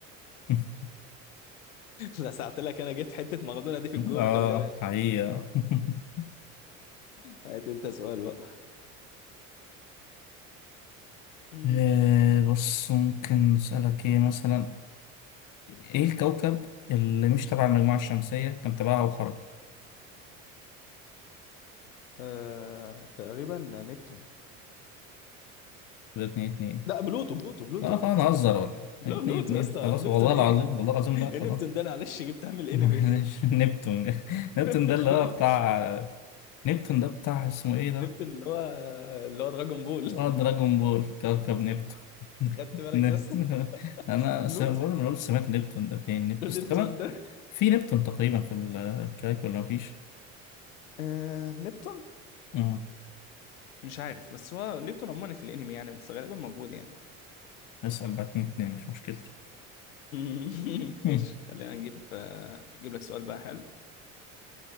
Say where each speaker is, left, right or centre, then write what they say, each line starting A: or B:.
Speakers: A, on the left; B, on the left.
A: <laughs>
B: لا ساعت لك انا جبت حتة مارادونا دي في الجون
A: اه
B: خلي بالك
A: حقيقة <laughs>
B: هات انت سؤال بقى مم.
A: آه، بص ممكن أسألك ايه مثلا ايه الكوكب اللي مش تبع المجموعة الشمسية كان تبعها وخرج
B: آه، تقريبا نبتون
A: ده اتنين اتنين
B: لا بلوتو بلوتو بلوتو
A: لا
B: بلوتو
A: خلاص نهزر ولا
B: لا
A: ايه اتنين
B: بلوتو
A: اتنين
B: يا اسطى هو
A: خلاص
B: نبتون
A: والله العظيم
B: ايه
A: والله العظيم
B: <laughs>
A: لا خلاص
B: نبتون ده معلش جبتها من الانمي
A: <laughs> مش نبتون <laughs> نبتون
B: <laughs>
A: ده اللي هو بتاع نبتون ده بتاع اسمه ايه ده
B: نبتون اللي هو اللي هو دراجون بول
A: اه دراجون بول كوكب نبتون <laughs>
B: <laughs> خدت بالك
A: ن-
B: يا اسطى
A: <laughs> انا
B: ملوت
A: س- بقول
B: <laughs>
A: بقول سمعت نبتون ده فين نبتون
B: نبتون ده
A: في نبتون تقريبا في الكايك ولا مفيش؟
B: آه... نبتون
A: مم.
B: مش عارف بس هو نبتون عموما في الانمي يعني بس غالبا موجود يعني
A: اسأل بقى اتنين اتنين مش مشكلتي
B: <laughs>
A: مم.
B: ماشي خلينا نجيب آه... نجيب لك سؤال بقى حلو